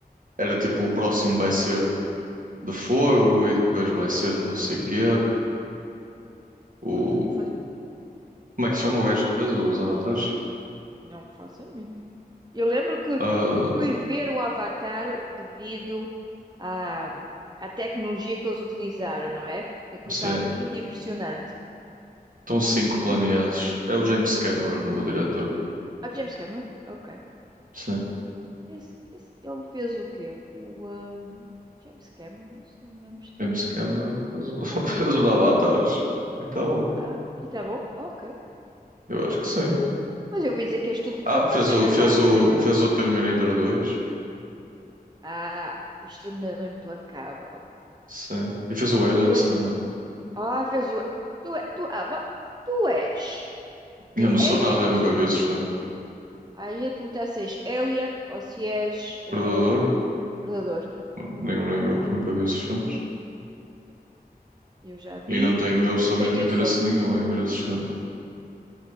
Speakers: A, on the right; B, on the right.
A: Era tipo, o próximo vai ser de fogo e depois vai ser de não sei quê. O,
B: Não, fa- não, faz,
A: como é que se chama o gajo que fez os Avatares?
B: não faço a mínima. Eu lembro que
A: Ah,
B: fui ver o Avatar devido à, à tecnologia que eles utilizaram, não é? Que Aquilo
A: sim,
B: estava muito impressionante.
A: estão cinco planeados.
B: Mas,
A: É o James Cameron, o diretor.
B: ah, James Cameron? Ok.
A: Sim.
B: Esse, esse, ele fez o quê? O ahm, James Cameron? Esse nome não é estranho.
A: James Cameron fez o, <laughs>
B: Como é que ele
A: fez
B: fez?
A: os Avatares e está bom.
B: Ah, e tá bom? Ok.
A: Eu acho que sim.
B: Mas eu ouvi dizer que este último
A: Ah,
B: foi uma
A: fez
B: massacre
A: o,
B: há
A: fez
B: quase
A: o,
B: três.
A: fez o Terminator dois
B: Ah, Exterminador Implacável.
A: Sim. E fez o
B: São
A: Aliens
B: Os dois.
A: também.
B: Ah, vês o. Tu, é- tu, ah, va- tu és
A: Eu
B: eh,
A: não sou
B: aliens?
A: nada, eu nunca vi esses filmes.
B: Aí eu ia te perguntar se és alien ou se és
A: Predador,
B: eh, predador.
A: nenhum nem outro, nunca vi esses filmes.
B: Eu já vi
A: E não tenho
B: e,
A: absolutamente
B: e sei quem
A: interesse
B: sou.
A: nenhum em ver esses filmes.